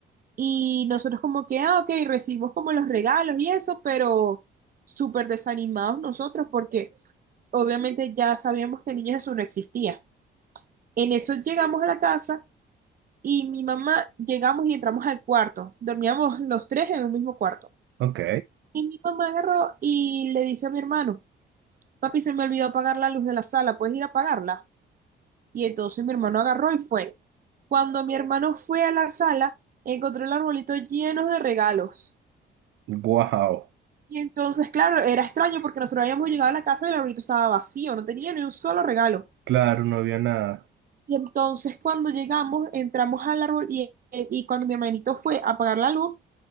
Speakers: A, on the right; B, on the right.
A: Y nosotros como que, ah, ok, recibimos como los regalos y eso, pero súper desanimados nosotros porque obviamente ya sabíamos que el niño Jesús no existía. En eso llegamos a la casa y mi mamá, llegamos y entramos al cuarto. Dormíamos los tres en un mismo cuarto.
B: ok.
A: Y mi mamá agarró y le dice a mi hermano, papi, se me olvidó apagar la luz de la sala, ¿puedes ir a apagarla? Y entonces mi hermano agarró y fue. Cuando mi hermano fue a la sala, encontró el arbolito lleno de regalos.
B: Wow.
A: Y entonces, claro, era extraño porque nosotros habíamos llegado a la casa y el arbolito estaba vacío, no tenía ni un solo regalo.
B: Claro, no había nada.
A: Y entonces cuando llegamos, entramos al árbol y, y cuando mi hermanito fue a apagar la luz,